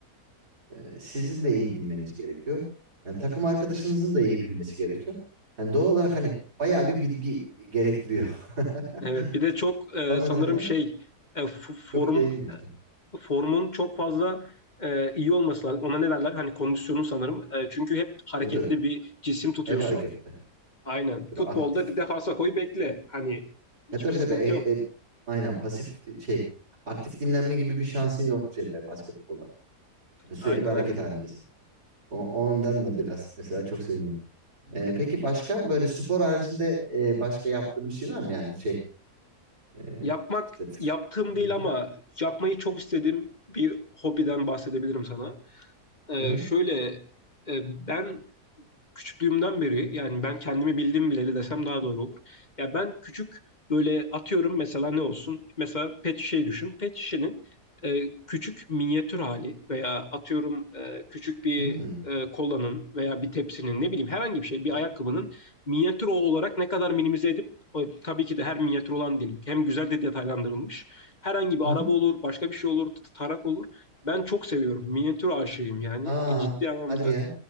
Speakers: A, on the right (about 75°); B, on the left (about 30°).
A: Ee, sizin de iyi bilmeniz gerekiyor. Yani takım arkadaşınızın da iyi bilmesi gerekiyor. Yani doğal olarak hani bayağı bir bilgi gerektiriyor. <laughs>
B: Evet, bir de çok e,
A: O nedenle
B: sanırım şey e, f-
A: çok
B: form
A: yayılmıyor işte.
B: formun çok fazla e, iyi olması lazım. Ona ne derler? Hani kondisyonu sanırım. E, çünkü hep hareketli
A: Tabii tabii.
B: bir cisim tutuyorsun.
A: Hep hareketli.
B: Aynen.
A: Tabii
B: Futbolda
A: aktif.
B: bir defansa koy bekle. Hani hiçbir
A: Ya tabii
B: sıkıntı
A: tabii. E,
B: yok.
A: e- aynen pasif e, şey. Aktif dinlenme gibi bir şansın yok şeyde basketbolda. Yani sürekli
B: Aynen
A: hareket
B: aynen.
A: halindesin. O, ondan da biraz mesela çok sevinmiyorum. Ee, peki başka böyle spor haricinde e, başka yaptığın bir şey var mı yani şey e,
B: Yapmak
A: işte f-
B: yaptığım değil
A: Hı hı,
B: ama yapmayı çok istediğim bir hobiden bahsedebilirim sana. E,
A: hı hı,
B: şöyle e, ben küçüklüğümden beri yani ben kendimi bildim bileli desem daha doğru olur. Ya ben küçük böyle atıyorum mesela ne olsun? Mesela pet şişeyi düşün. Pet şişenin e, küçük minyatür hali veya atıyorum e, küçük bir
A: hı
B: e, kolanın veya bir tepsinin ne bileyim herhangi bir şey bir
A: hı,
B: ayakkabının minyatür o olarak ne kadar minimize edip o, tabii ki de her minyatür olan değil. Hem güzel de detaylandırılmış. Herhangi bir
A: hı
B: araba olur, başka bir şey olur, t- tarak olur. Ben çok seviyorum. Minyatür aşığıyım yani.
A: Aa
B: E, ciddi anlamda
A: hadi ya